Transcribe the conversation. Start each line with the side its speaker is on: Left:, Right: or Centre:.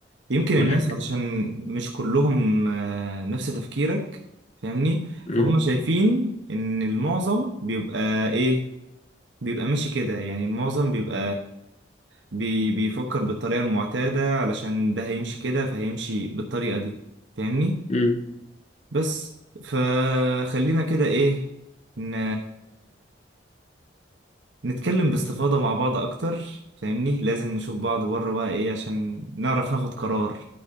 Right: يمكن
Left: اول
Right: الناس
Left: حاجه
Right: علشان مش كلهم آه، نفس تفكيرك فاهمني
Left: امم
Right: فهم شايفين ان المعظم بيبقى ايه بيبقى ماشي كده يعني المعظم بيبقى بي بيفكر بالطريقة المعتادة علشان ده هيمشي كده فهيمشي بالطريقة دي فاهمني
Left: امم
Right: بس فخلينا كده ايه ن... نتكلم باستفاضة مع بعض اكتر فاهمني لازم نشوف بعض بره بقى ايه عشان نعرف ناخد قرار